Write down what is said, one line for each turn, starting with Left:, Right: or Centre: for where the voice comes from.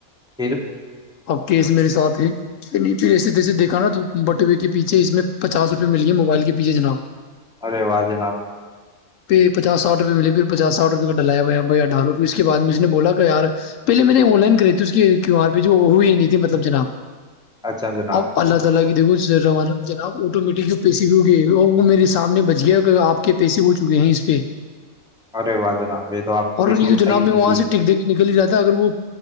Centre: پھر
Left: اب کیس میرے ساتھ جسے تیسے دیکھ نا تو بٹوے کے پیچھے اس میں پچاس روپے مل گیے موبائل کے پیچھے جناب
Centre: ارے واہ جناب
Left: پھر پچاساٹ روپئے مے پھر پچاساٹ روپئے کا ڈایا بھیا ڈالو پھر اس کے بع میں اس نے بولا کہ یار پہے میں نے آن لائن کری تھی اس کیو آر پی جو ہوئی نہیں تھی مطلب جناب
Centre: اچھا جناب
Left: السلام علیکم محترم بھائی جان آپ کو دیکھو سر روانہ جناب آٹومیٹک جو پیسے بھی ہوگئے وہ میرے سامنے بچ گیا آپ کے پیسے ہو چکے ہیں اس پہ
Centre: ارے واہ جناب یہ تو آپ کی
Left: اور نہیں
Centre: قسمت
Left: تو جناب
Centre: صحیح
Left: میں وہاں
Centre: نکلی
Left: سے ٹک دے کے نکل ہی رہا تھا اگر وہ